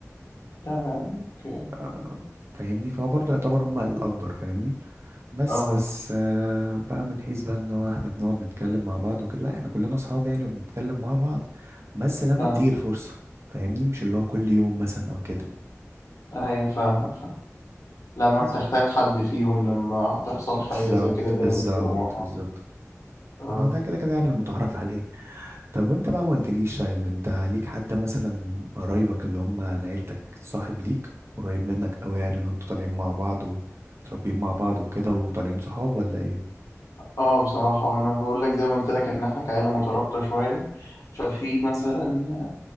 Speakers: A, on the left; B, on the right.
A: تمام اوكي
B: آه، فاهمني فهو برضه يعتبر هما الأكبر فاهمني بس
A: اه
B: بس آه، بقى من حيث بقى إن هو إحنا بنقعد نتكلم مع بعض وكده لا إحنا كلنا أصحاب يعني وبنتكلم مع بعض بس لما
A: اه
B: بتيجي الفرصة فاهمني مش اللي هو كل يوم مثلا أو كده
A: ايوه فاهمك فاهم لما
B: بس
A: بتحتاج حد فيهم لما هتحصل
B: بالظبط
A: حاجة زي كده دايما
B: بالظبط
A: بتبقوا مع
B: بالظبط
A: اه
B: اه ده كده كده يعني المتعارف <laughs> عليه طب وانت بقى ما قلتليش طيب انت ليك حد مثلا من قرايبك اللي هم عن عيلتك صاحب ليك قريب منك قوي يعني اللي انتوا طالعين مع بعض ومتربيين مع بعض وكده وطالعين صحاب ولا ايه
A: اه بصراحة وانا بقول لك زي ما قلت لك ان احنا كعيلة مترابطة شوية ففي مثلا